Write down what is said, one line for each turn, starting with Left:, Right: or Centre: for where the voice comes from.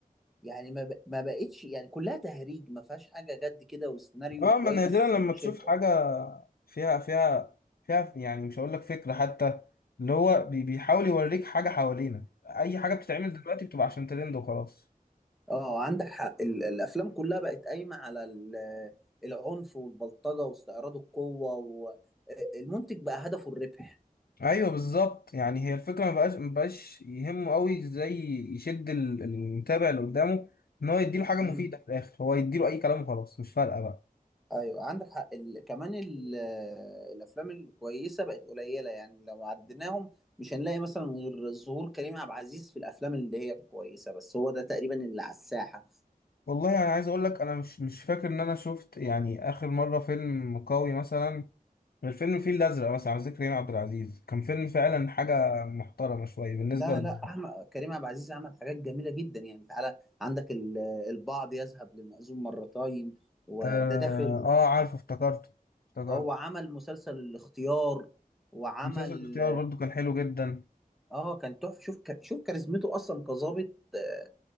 Centre: يعني ما, ب... ما بقتش يعني كلها تهريج ما فيهاش حاجة جد كده وسيناريو
Left: اه
Centre: كويس
Left: من نادرا لما
Centre: يشد
Left: تشوف حاجه فيها فيها فيها يعني مش هقول لك فكره حتى اللي هو بي- بيحاول يوريك حاجه حوالينا اي حاجه بتتعمل دلوقتي بتبقى عشان ترند وخلاص
Centre: اه عندك حق ال- الافلام كلها بقت قايمه على ال- العنف والبلطجه واستعراض القوه والمنتج بقى هدفه الربح
Left: ايوه بالظبط يعني هي الفكره ما بقاش ما بقاش يهمه قوي ازاي يشد ال- المتابع اللي قدامه ان هو يديله حاجه مفيده
Centre: مم.
Left: في الاخر هو يديله اي كلام وخلاص مش فارقه بقى
Centre: ايوه عندك حق ال... كمان ال... الافلام الكويسه بقت قليله يعني لو عديناهم مش هنلاقي مثلا غير ظهور كريم عبد العزيز في الافلام اللي هي كويسه بس هو ده تقريبا اللي على الساحه
Left: والله انا يعني عايز اقول لك انا مش مش فاكر ان انا شفت يعني اخر مره فيلم قوي مثلا غير فيلم الفيل الازرق مثلا على ذكر كريم عبد العزيز كان فيلم فعلا حاجه محترمه شويه بالنسبه
Centre: لا
Left: ل...
Centre: لا أحمد كريم عبد العزيز عمل حاجات جميله جدا يعني تعالى عندك ال... البعض يذهب لمأذون مرتين وده
Left: اه,
Centre: ده فيلم
Left: آه عارفه افتكرته افتكرته
Centre: اه وعمل مسلسل الاختيار وعمل
Left: مسلسل الاختيار برضو كان حلو جدا
Centre: اه كان تحفه شوف ك... شوف كاريزمته اصلا كظابط آه،